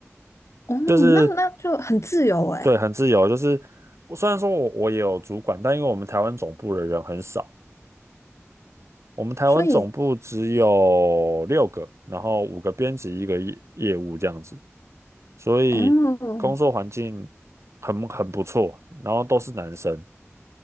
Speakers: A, on the left (about 70°); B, on the right (about 65°).
A: 哦，
B: 是，
A: 那那就很自由诶，
B: 对，很自由，就是我虽然说我我也有主管，但因为我们台湾总部的人很少，我们台湾总部只有六个，
A: 所以
B: 然后五个编辑，一个业业务这样子，所以工作环境
A: 哦，
B: 很很不错，然后都是男生，